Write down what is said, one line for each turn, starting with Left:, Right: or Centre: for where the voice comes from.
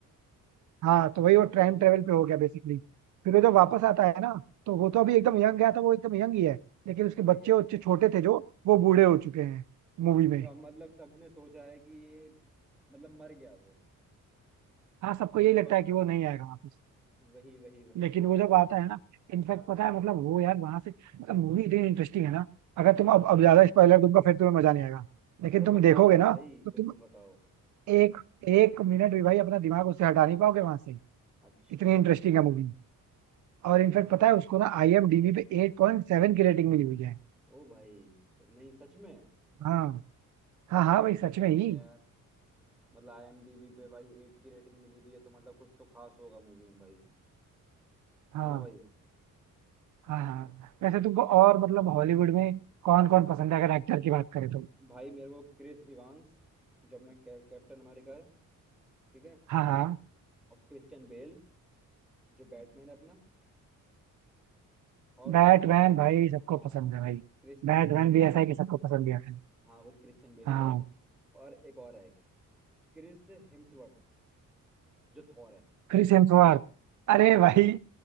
Right: हाँ तो वही वो
Centre: ओहो
Right: टाइम ट्रेवल पे हो गया बेसिकली फिर वो जब वापस आता है ना तो
Centre: हाँ
Right: वो
Centre: हाँ
Right: तो अभी एकदम यंग गया था वो एकदम यंग ही है लेकिन उसके
Centre: ठीक
Right: बच्चे
Centre: है
Right: उच्चे छोटे थे जो वो बूढ़े हो चुके हैं मूवी
Centre: अच्छा
Right: में
Centre: मतलब सबने सोचा है कि ये मतलब मर गया वो
Right: हाँ सबको
Centre: दुनिया
Right: यही लगता
Centre: वालों
Right: है कि
Centre: ने
Right: वो
Centre: हाँ
Right: नहीं आएगा वापस
Centre: वही वही वही
Right: लेकिन वो जब आता है ना इनफैक्ट
Centre: हाँ
Right: पता है मतलब वो यार वहां से मतलब मूवी इतनी इंटरेस्टिंग है ना अगर
Centre: हाँ
Right: तुम अब अब ज्यादा स्पॉइलर दूंगा फिर तुम्हें मजा नहीं आएगा लेकिन
Centre: अरे
Right: तुम
Centre: बताओ
Right: देखोगे
Centre: तुम
Right: ना
Centre: भाई
Right: तो
Centre: बिल्कुल
Right: तुम
Centre: बताओ
Right: एक एक मिनट भी भाई अपना दिमाग उससे हटा नहीं पाओगे वहां से
Centre: अच्छा
Right: इतनी
Centre: हाँ
Right: इंटरेस्टिंग है मूवी और इनफैक्ट पता है उसको ना आईएमडीबी
Centre: हाँ
Right: पे 8.7 की रेटिंग मिली हुई है
Centre: ओ भाई स- नहीं सच में
Right: हाँ हाँ हाँ
Centre: भाई
Right: भाई सच
Centre: सही
Right: में ही
Centre: है मतलब आईएमडीबी पे भाई एट की रेटिंग मिली भी है तो मतलब कुछ तो खास होगा मूवी में भाई
Right: हाँ
Centre: है ना भाई
Right: हाँ हाँ वैसे तुमको और मतलब हॉलीवुड में कौन कौन पसंद है अगर एक्टर की बात करें तो
Centre: भाई मेरे को क्रिस इवांस जो अपना कै, कैप्टन अमेरिका है ठीक है
Right: हाँ हाँ
Centre: और क्रिश्चियन बेल जो बैटमैन है अपना और
Right: बैटमैन भाई सबको
Centre: हाँ
Right: पसंद है भाई
Centre: क्रिश्चियन
Right: बैटमैन
Centre: बेल
Right: भी
Centre: भाई
Right: ऐसा है कि सबको पसंद भी आता है
Centre: हाँ वो क्रिश्चियन बेल
Right: हाँ
Centre: तो है और एक और है क्रिस हिम्सवर्थ जो थॉर है
Right: क्रिस हेम्सवर्थ
Centre: हाँ
Right: अरे भाई